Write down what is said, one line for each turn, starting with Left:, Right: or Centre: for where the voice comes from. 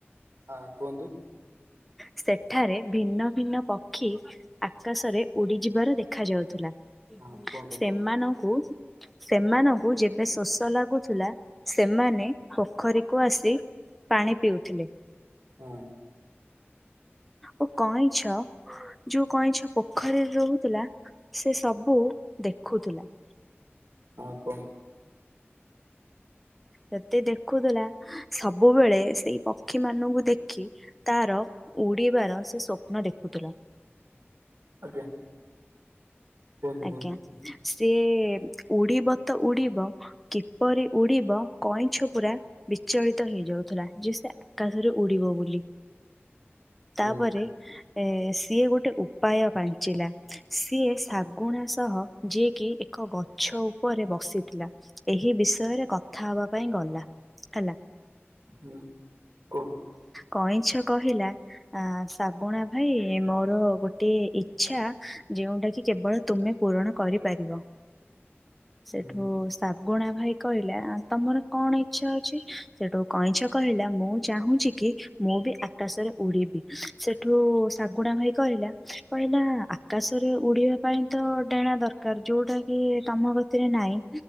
Right: ହଁ କୁହନ୍ତୁ।
Centre: ସେଠାରେ ଭିନ୍ନ ଭିନ୍ନ ପକ୍ଷୀ ଆକାଶରେ ଉଡିଯିବାର ଦେଖ ଯାଉଥିଲା।
Right: ହଁ କୁହନ୍ତୁ
Centre: ସେମାନଙ୍କୁ
Right: କୁହନ୍ତୁ
Centre: ସେମାନଙ୍କୁ ଯେବେ ଶୋଷ ଲାଗୁଥିଲା ସେମାନେ ପୋଖରୀକୁ ଆସି ପାଣି ପିଉଥିଲେ।
Right: ହଁ।
Centre: ଓ କଇଁଛ ଯୋଉ କଇଁଛ ପୋଖରୀରେ ରହୁଥିଲା ସେ ସବୁ ଦେଖୁଥିଲା।
Right: ହଁ କୁହନ୍ତୁ।
Centre: ଯଦେ ଦେଖୁଥିଲା ସବୁବେଳେ ସେଇ ପକ୍ଷୀ ମାନଙ୍କୁ ଦେଖି ତାର ଉଡିବାର ସେ ସ୍ଵପ୍ନ ଦେଖୁଥିଲା।
Right: ଆଜ୍ଞା। କୁହନ୍ତୁ କୁହନ୍ତୁ
Centre: ଆଜ୍ଞା ସିଏ ଉଡିବ ତ ଉଡିବ କିପରି ଉଡିବ କଇଁଛ ପୁରା? ବିଚଳିତ ହେଇଯାଉଥିଲା ଯେ ସେ ଆକାଶରେ ଉଡିବ ବୋଲି। ତାପରେ
Right: ହୁଁ
Centre: ଏ ସିଏ ଗୋଟେ ଉପାୟ ପାଞ୍ଚିଲା। ସିଏ ଶାଗୁଣା ସହ ଯିଏକି ଏକ ଗଛ ଉପରେ ବସିଥିଲା। ଏହି ବିଷୟରେ କଥା ହବା ପାଇଁ ଗଲା ହେଲା।
Right: ହୁଁ କୁହନ୍ତୁ।
Centre: କଇଁଛ କହିଲା ଆଁ ଶାଗୁଣା ଭାଇ ମୋର ଗୋଟିଏ ଇଚ୍ଛା ଯେଉଁଟା କି କେବଳ ତୁମେ ପୂରଣ କରିପାରିବ ସେଠୁ
Right: ହୁଁ
Centre: ଶାଗୁଣା ଭାଇ କହିଲା ଆଁ ତମର କଣ ଇଚ୍ଛା ଅଛି ସେଠୁ କଇଁଛ କହିଲା ମୁଁ ଚାହୁଁଛି କି ମୁଁ ବି ଆକାଶରେ ଉଡିବି ସେଠୁ ଶାଗୁଣା ଭାଇ କହିଲା କହିଲା ଆ ଆକାଶରେ ଉଡିବା ପାଇଁ ତ ଡେଣା ଦରକାର ଯୋଉଟା କି ତମ ଗତିରେ ନାହିଁ।